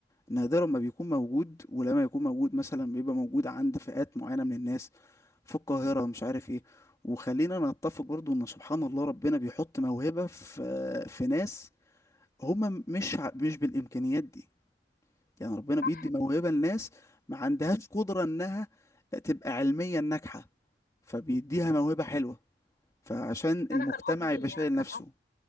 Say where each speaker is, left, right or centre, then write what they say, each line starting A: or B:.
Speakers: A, on the left; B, on the left.
A: نادرا ما بيكون موجود ولما يكون موجود مثلا بيبقى موجود عند فئات معينة من الناس في القاهرة مش عارف ايه وخلينا نتفق برضو ان سبحان الله ربنا بيحط موهبة في في ناس هم مش ع- مش بالامكانيات دي يعني ربنا
B: صح
A: بيدي موهبة لناس ما عندهاش قدرة انها تبقى علميا ناجحة فبيديها موهبة حلوة فعشان المجتمع
B: انا كان قصدي
A: يبقى شايل نفسه
B: كان